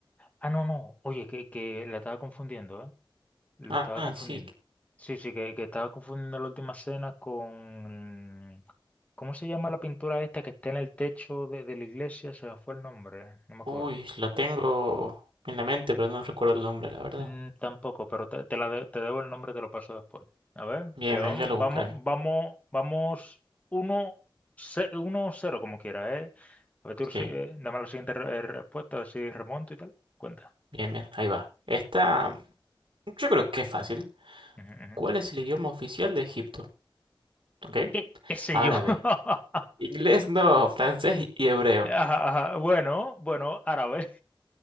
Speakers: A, on the left (about 15°); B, on the right (about 80°).
A: Ah, no, no. Oye, que, que la estaba confundiendo, ¿eh? Lo
B: Ah,
A: estaba
B: ah,
A: confundiendo.
B: sí.
A: Sí, sí, que, que estaba confundiendo la última cena con... ¿Cómo se llama la pintura esta que está en el techo de, de la iglesia? Se me fue el nombre, no me acuerdo.
B: Uy, la tengo en la mente, pero no recuerdo el nombre, la verdad.
A: Mm, tampoco, pero te, te la de- te debo el nombre, te lo paso después. A ver,
B: Bien,
A: que vamos,
B: bien, ya lo buscaré.
A: vamos, vamos, vamos uno, ce- uno cero como quiera, ¿eh? A ver, tú sigue,
B: Sí,
A: dame la siguiente re- eh, respuesta, a ver si remonto y tal. Cuenta.
B: bien, bien, ahí va. Esta, yo creo que es fácil.
A: Ujú, ujú.
B: ¿Cuál es el idioma oficial de Egipto? ¿Ok?
A: ¿Qué, qué sé
B: Árabe.
A: yo? <laughs>
B: Inglés no, francés y hebreo.
A: Ajá, ajá. Bueno, bueno, árabe.